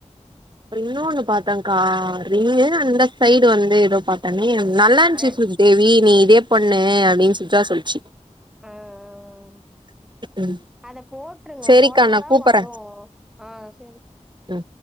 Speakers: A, on the right (about 35°); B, in the centre.
A: அப்ற இன்னோனு பாத்தங்க்கா ரிங்கு அந்த சைடு வந்து எதோ பாத்தனே நல்லாருந்துச்சு
B: ஆ
A: சு தேவி நீ இதே பண்ணு அப்டின்னு சுஜா சொல்லுச்சு
B: ஆ ஆ அ
A: ம்
B: அத போட்ருங்க
A: சேரிக்கா
B: போட்டாதா
A: நா கூப்பறே
B: வரு ஆ செரி
A: ம்